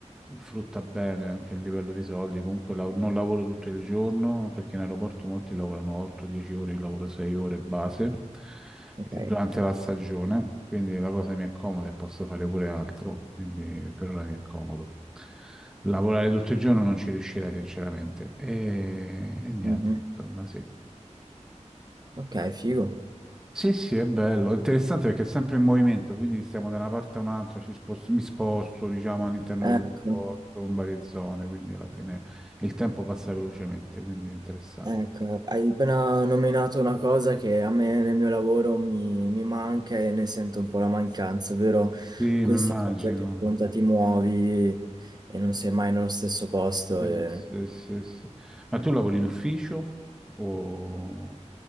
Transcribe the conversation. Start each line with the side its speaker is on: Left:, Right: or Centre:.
Centre: frutta bene anche a livello di soldi. Comunque la- non lavoro tutto il giorno perché in aeroporto molti lavorano 8-10 ore, io lavoro 6 ore base
Right: Ok,
Centre: e durante la stagione, quindi la cosa mi è comoda e posso fare pure altro, quindi per ora mi è comodo. Lavorare tutto il giorno non ci riuscirei sinceramente. E, e niente,
Right: mhm.
Centre: insomma, sì.
Right: Ok, figo.
Centre: Sì, sì, è bello, è interessante perché è sempre in movimento, quindi stiamo da una parte a un'altra, ci spos- mi sposto, diciamo, all'interno
Right: Ecco.
Centre: dell'aeroporto, in varie zone, quindi alla fine il tempo passa velocemente, quindi è interessante.
Right: Ecco, hai appena nominato una cosa che a me nel mio lavoro mi, mi manca e ne sento un po' la mancanza, ovvero
Centre: Sì,
Right: questa
Centre: mi immagino.
Right: cosa che conta ti muovi e non sei mai nello stesso posto.
Centre: Sì,
Right: E...
Centre: sì, sì, sì. Ma tu lavori in ufficio o,